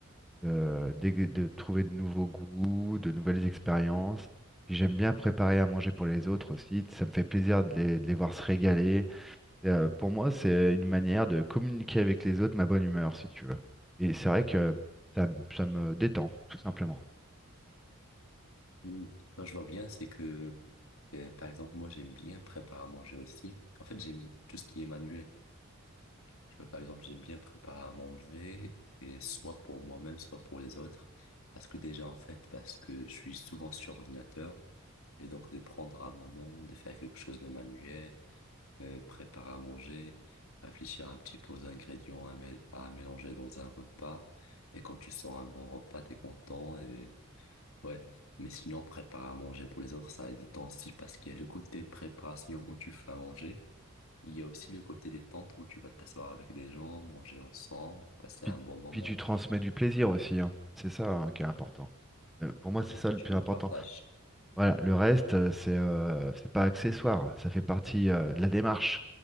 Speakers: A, in the centre; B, on the left.
A: euh, de, d'é- de trouver de nouveaux goûts, de nouvelles expériences. Puis j'aime bien préparer à manger pour les autres aussi. Ça me fait plaisir de les, de les voir se régaler. Et, euh, pour moi, c'est une manière de communiquer avec les autres ma bonne humeur, si tu veux. Et c'est vrai que ça me ça me détend, tout simplement.
B: Mm. Moi, je vois bien, c'est que, euh, par exemple, moi, j'aime bien préparer à manger aussi. En fait, j'aime tout ce qui est manuel. Tu vois, par exemple, j'aime bien préparer à manger, et soit pour moi-même, soit pour les autres. Parce que déjà, en fait, parce que je suis souvent sur ordinateur, et donc de prendre un moment, de faire quelque chose de manuel, euh, préparer à manger, réfléchir un petit peu aux ingrédients à, mé- à mélanger dans un repas. Et quand tu sors un bon repas, t'es content, et ouais. Mais sinon, préparer à manger pour les autres, ça a du temps aussi, parce qu'il y a le côté préparation où tu fais à manger. Il y a aussi le côté détente où tu vas t'asseoir avec des gens, manger ensemble, passer
A: Puis,
B: un bon moment.
A: puis tu transmets du plaisir aussi, hein. C'est ça hein, qui est important. Euh, Pour moi, c'est
B: Ouais,
A: ça le
B: tu
A: plus
B: le
A: important.
B: partages.
A: Voilà, le reste, euh, c'est euh, c'est pas accessoire. Ça fait partie euh, de la démarche.